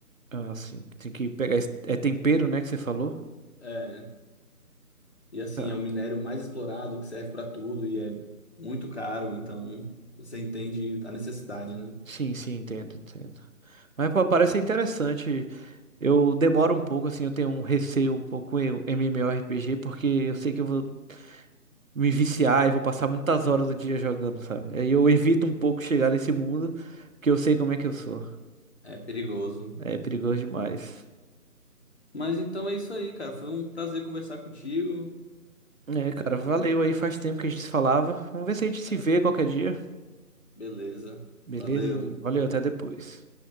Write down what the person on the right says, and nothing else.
Ah, sim. Tem que pegar... esse- É tempero, né, que você falou?
Cara,
sim, sim, entendo, entendo. Mas, pô, parece interessante. Eu demoro um pouco, assim, eu tenho um receio um pouco com o MMORPG, porque eu sei que eu vou me viciar e vou passar muitas horas do dia jogando, sabe? Aí eu evito um pouco chegar nesse mundo, porque eu sei como é que eu sou.
É perigoso demais.
É,
cara, valeu aí, faz tempo que a gente se falava. Vamos ver se a gente se
vê qualquer dia.
Beleza?
Valeu, até depois.